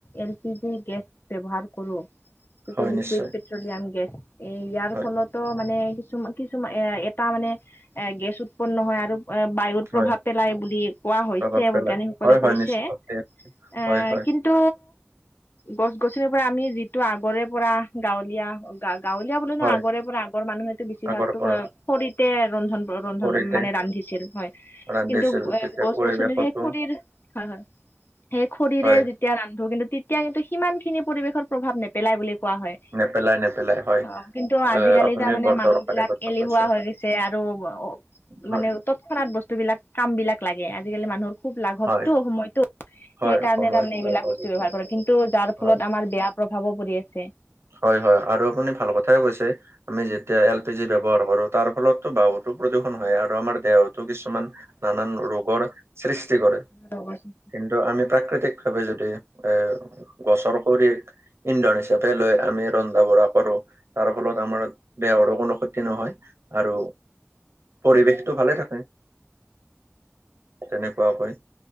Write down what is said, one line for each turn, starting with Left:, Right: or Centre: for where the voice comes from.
Left: এল পি জি গেছ ব্যৱহাৰ কৰো যিটো
Right: হয়
Left: লিকুইড
Right: নিশ্চয়
Left: পেট্ৰলিয়াম গেছ এই ইয়াৰ
Right: হয়
Left: ফলতো মানে কিছুমান কিছুমান এ এটা মানে এ গেছ উৎপন্ন হয় আৰু এ বায়ুত প্ৰভাৱ
Right: হয়
Left: পেলাই বুলি কোৱা হৈছে
Right: প্ৰভাৱ পেলাই
Left: বৈজ্ঞানিকসকলে
Right: হয় হয়
Left: কৈছে
Right: নিশ্চয়
Left: এ,
Right: হয়। হয়
Left: কিন্তু গছ গছনিৰ পৰা আমি যিটো আগৰে পৰা গাঁৱলীয়া, গাঁৱলীয়া বোলে ন
Right: হয়
Left: আগৰে পৰা আগৰ মানুহেতো বেছি
Right: আগৰ
Left: ভাগতো
Right: পৰা
Left: খৰিতে ৰন্ধন ৰন্ধন
Right: সৰুতে
Left: মানে ৰান্ধিছিল হয়।
Right: ৰান্ধিছিল
Left: কিন্তু
Right: তেতিয়া
Left: গছ
Right: পৰিৱেশতো
Left: গছনি সেই খৰিৰ হয় হয় সেই খৰিৰে
Right: হয়
Left: তেতিয়া ৰান্ধো কিন্তু তেতিয়া কিন্তু সিমান খিনি পৰিৱেশত প্ৰভাৱ নেপেলাই বুলি কোৱা হয়।
Right: নেপেলাই নেপেলাই হয়
Left: অ কিন্তু আজি
Right: আহ আপুনি
Left: এতিয়া মানে
Right: বৰ
Left: মানুহ
Right: দৰকাৰী
Left: বিলাক
Right: কথা
Left: এলেহুৱা
Right: কৈছে
Left: হৈ গৈছে আৰু অ
Right: হয়
Left: মানে তৎক্ষণাত বস্তু বিলাক কাম বিলাক লাগে আজিকালিৰ মানুহ খুব লাঘৱটো
Right: হয়
Left: সময়তো
Right: হয়
Left: সেইকাৰণে
Right: সময়ত
Left: তাৰমানে এইবিলাক
Right: লাই পাব
Left: বস্তু ব্যৱহাৰ কৰে। কিন্তু যাৰ ফলত
Right: হয়
Left: আমাৰ বেয়া প্ৰভাৱো পৰি আছে।
Right: হয় হয় আৰু আপুনি ভাল কথাই কৈছে। আমি যেতিয়া এল পি জি ব্যৱহাৰ কৰো তাৰ ফলত বহুতো প্ৰদূষণ হয় আৰু আমাৰ দেহতো কিছুমান নানান ৰোগৰ সৃষ্টি কৰে।
Left: লগৰ যে
Right: কিন্তু আমি প্ৰাকৃতিক ভাৱে যদি এ গছৰ খৰিক ইন্ধন হিচাপে লৈ আমি ৰন্ধা বঢ়া কৰো তাৰ ফলত আমাৰ দেহৰো কোনো ক্ষতি নহয়। আৰু পৰিৱেশটো ভালে থাকে তেনে কোৱাকৈ হয়